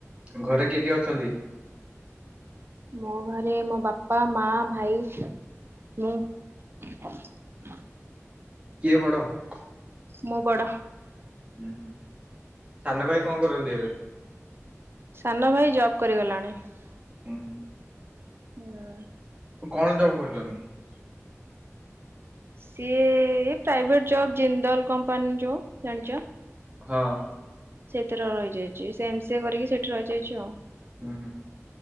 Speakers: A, on the right; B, on the right.
A: ଘରେ କିଏ କିଏ ଅଛନ୍ତି ।
B: ମୋ ଘରେ ମୋ ବାପା ମା ଭାଇ । ମୋ ।
A: କିଏ ବଡ ।
B: ମୁଁ ବଡ ।
A: ହୁଁ ହୁଁ ସାନ ଭାଇ କଣ କରନ୍ତି ଏବେ ।
B: ସାନ ଭାଇ ଜବ୍ କରିଗଲାଣି ।
A: ହୁଁ ହୁଁ ।
B: <unintelligible>
A: କଣ ଯବ କରୁଛନ୍ତି ।
B: ସିଏ ଏ ପ୍ରାଇଭେଟ ଜବ୍ ଜିନ୍ଦଲ କମ୍ପାନୀ ଯୋଉ ଜାଣିଛ ।
A: ହଁ ।
B: ସେଇଥେର ରହିଯାଇଛି ସେ ଏମ ସି ଏ କରିକି ସେଠି ରହିଯାଇଛି ଆଉ ।
A: ଉଁ ହୁଁ।